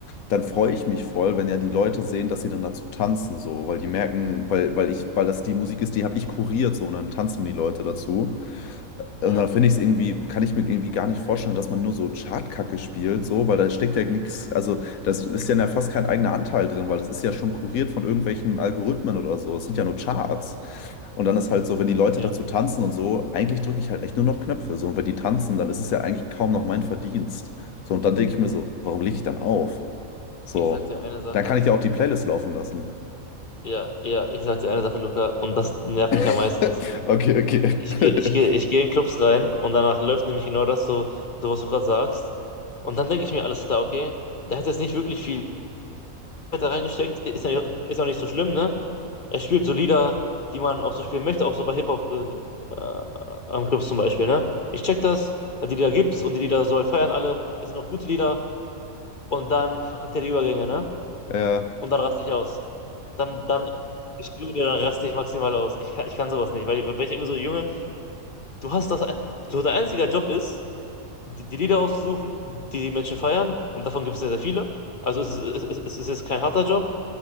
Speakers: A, on the left; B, on the left.
A: dann freue ich mich voll, wenn ja die Leute sehen, dass sie dann dazu tanzen, so, weil die merken, weil, weil ich, weil das die Musik ist, die habe ich kuriert, so, und dann tanzen die Leute dazu. Äh,
B: Ja,
A: Und dann finde ich es irgendwie, kann ich mir irgendwie gar nicht vorstellen, dass man nur so Chartkacke spielt, so, weil da steckt ja nichts, also das ist ja fast kein eigener Anteil drin, weil das ist ja schon kuriert von irgendwelchen Algorithmen oder so. Es sind ja nur Charts. Und dann ist halt so, wenn die Leute
B: ja.
A: dazu tanzen und so, eigentlich drücke ich halt echt nur noch Knöpfe. So, und wenn die tanzen, dann ist es ja eigentlich kaum noch mein Verdienst. So, und dann denke ich mir so, warum lege ich dann auf? So,
B: Ich sag dir eine Sache.
A: dann kann ich ja auch die Playlist laufen lassen.
B: Ja, ja, ich sag dir eine Sache, Luca, und das nervt mich am
A: <laughs>
B: meisten.
A: Okay, okay.
B: Ich gehe,
A: <laughs>
B: ich gehe, ich gehe in Clubs rein und danach läuft nämlich genau das so, so was du gerade sagst. Und dann denke ich mir, alles klar, okay, der hat jetzt nicht wirklich viel weiter reingesteckt, ist ja, ist ja auch nicht so schlimm, ne? Er spielt so Lieder, die man auch so spielen möchte, auch so bei Hip-Hop äh, äh, am Clubs zum Beispiel, ne? Ich check das, die Lieder gibt's und die Lieder soll feiern alle, es sind auch gute Lieder und dann verkackt er die Übergänge, ne?
A: Ja,
B: Und dann raste ich aus. Dann, dann, ich schwöre dir, dann raste ich maximal aus. Ich kann, ich kann sowas nicht, weil, weil ich immer so, Junge, du hast das, ein- so dein einziger Job ist, die, die Lieder auszusuchen, die die Menschen feiern, und davon gibt es sehr, sehr viele. Also es ist, es ist, es ist jetzt kein harter Job.